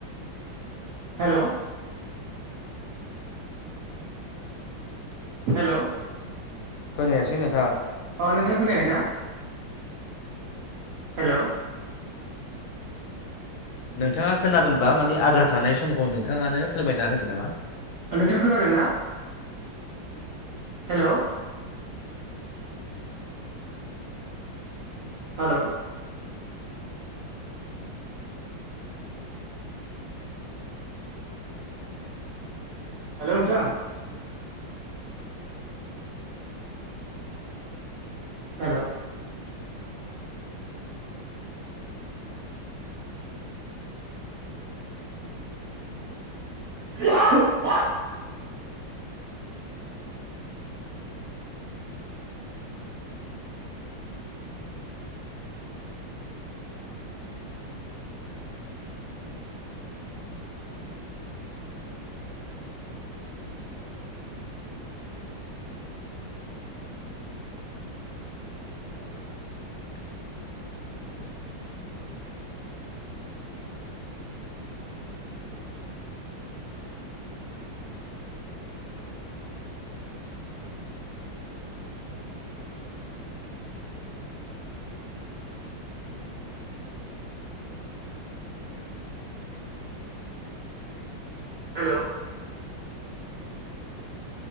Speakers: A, on the right; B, on the left.
A: हेल' हेल'
B: खोनायासै नों
A: अ नोंथां खोनायाखै ना हेल'
B: नोंथाङा खोनादोंब्ला
A: मा प्रब्लेम
B: मानि
A: जाखो
B: आद्रा थानाय समखौ नोंथाङानो फोरमायना होदो नामा
A: नोंथां खोनादों ना हेल' हेल' हेल' नोंथां हेल' <unintelligible> <inaudible> हेल'